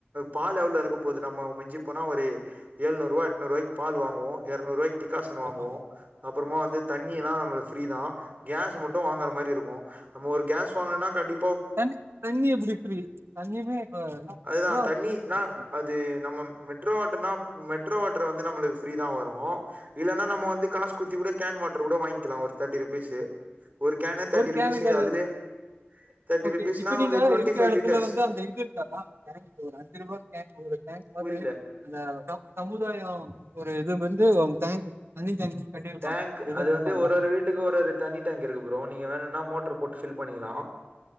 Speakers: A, on the right; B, on the right.
A: பால் எவ்ளோ இருக்க போது நம்ப மிஞ்சி போன ஒரு ஏல்னுருவ ஏட்னுருவய்க்கு பால் வகுவோ இர்னுருவைக்கு டிக்கா வாங்குவோ
B: ஆமா.
A: அப்பறமா வந்து தண்ணியெல்லா நம்ளுக் ஃப்ரீதா கேஸ் மட்டு வாங்குறா மாரி இருக்கு நம்ம ஒரு கேஸ் வாங்கொனுனா கண்டி
B: தண்ணி தண்ணி எப்டி ஃப்ரீ தண்ணிய்மே இப்ப
A: அதுதா தண்ணினா
B: <unintelligible>
A: அது நம்ம மெட்ரோ வாட்டர்னா மெட்ரோ வாட்டர் வந்து நம்மளுக்கு ஃப்ரீதா வரு இல்லன்னா நம்ம வந்து காஸ் குட்த்தி கூட கேன் வாட்ரு கூட வாய்ங்க்கிலா ஒரு தேட்டி ருபீஸு ஒரு கேனே தேர்ட்டி
B: ஒரு
A: ருபீஸ்
B: கேனுக்கு அது
A: அதுலயே தேர்ட்டி
B: ஓகே
A: ருபீஸ்னா
B: இப்ப நீங்க
A: ஒரு டுவெண்ட்டி
B: இருக்கற
A: ஃபைவ்
B: எடத்துல
A: லிட்டர்ஸ்
B: வந்து அந்த இது இருக்காதா ஒரு அஞ்சு ரூபா கேன் ஒரு கேன் வந்து
A: புரில
B: அந்த ச சமுதாய ஒரு இது வந்து அவங்க டேங்க் தண்ணி டேங்க் கட்டியிருப்பாங்க
A: டேங்க்
B: அப்டி எதானு
A: அது வந்து
B: இருக்காங்க
A: ஒரொரு வீட்டுக்கு ஒரொரு தண்ணி டேங்க் இருக்கு ப்ரோ நீங்க வேணுனா மோட்டர் போட்டு ஃபில் பண்ணிக்லா